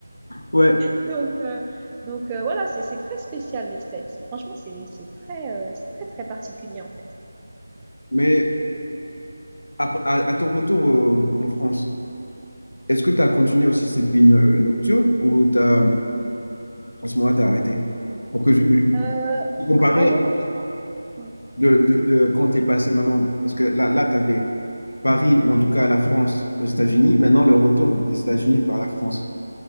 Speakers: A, on the left; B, on the right.
A: Ouais,
B: Donc, euh, donc euh, voilà, c'est c'est très spécial, les States. Franchement, c'est c'est très, euh, c'est très, très particulier, en fait.
A: mais à, à- à ton retour euh, en France, est-ce que tu as continué aussi cette vie no- nocturne ou t'as, à ce moment-là, tu as arrêté? Pour que je,
B: Euh,
A: je- comparer
B: à mon retour, ouais,
A: de, de, de quand tu es passé maintenant, parce que là, là tu avais Paris ou en tout cas la France aux États-Unis, maintenant le retour des États-Unis vers la France.